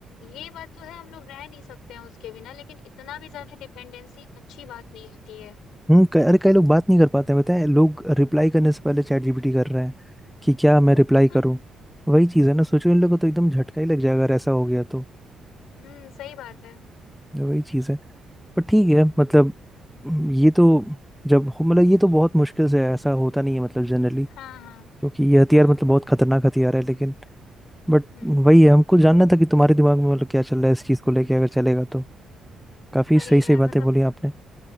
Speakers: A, on the left (about 85°); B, in the centre.
A: ये बात तो है हम लोग रह नहीं सकते हैं उसके बिना लेकिन इतना भी ज्यादा डिपेंडेंसी अच्छी बात नहीं होती है
B: हम्म क- अरे कई लोग बात नहीं कर पाते हैं बताए लोग रिप्लाई करने से पहले चैट जीपीटी कर रहे हैं कि क्या मैं
A: <laughs>
B: रिप्लाई करूं वही चीज़ है ना सोचो इन लोगों को तो एकदम झटका ही लग जाएगा अगर ऐसा हो गया तो
A: हम्म सही बात है
B: वही चीज़ है पर ठीक है मतलब हम्म, ये तो जब हो- मतलब ये तो बहुत मुश्किल से है, ऐसा होता नहीं है मतलब जनरली
A: हाँ हाँ
B: क्योंकि ये हथियार
A: हाँ
B: मतलब बहुत खतरनाक हथियार है लेकिन बट
A: हम्म
B: वही है हमको जानना था कि तुम्हारे दिमाग में मतलब क्या चल रहा है इस चीज़ को लेके अगर चलेगा तो काफ़ी
A: अरे
B: सही
A: यार
B: सही बातें
A: मतलब
B: बोली आपने